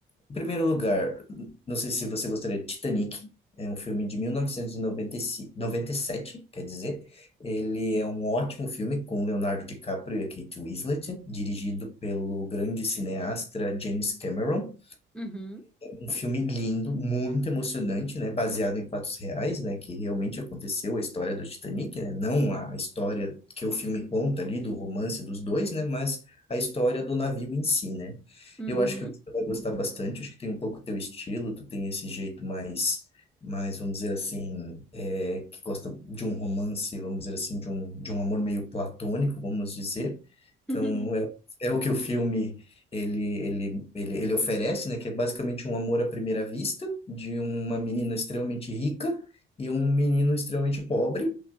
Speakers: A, on the left; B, in the centre.
A: em primeiro lugar, não sei se você gostaria, de Titanic é um filme de mil novecentos e noventa e cinco, noventa e sete, quer dizer, ele é um ótimo filme com Leonardo DiCaprio e a Kate Winslet, dirigido pelo grande cineasta James Cameron,
B: uhum,
A: um filme lindo, muito emocionante, né? Baseado em fatos reais, né? Que realmente aconteceu a história do Titanic, né? Não a história que o filme conta ali do romance dos dois, né? Mas a história do navio em si, né?
B: uhum,
A: Eu acho que você vai gostar bastante. Acho que tem um pouco teu estilo. Tu tem esse jeito mais, mais vamos dizer assim, é, que gosta de um romance, vamos dizer assim, de um de um amor meio platônico, vamos dizer. Então
B: uhum,
A: é, é o que o filme ele, ele, ele, ele oferece, né, que é basicamente um amor à primeira vista de uma menina extremamente rica e um menino extremamente pobre,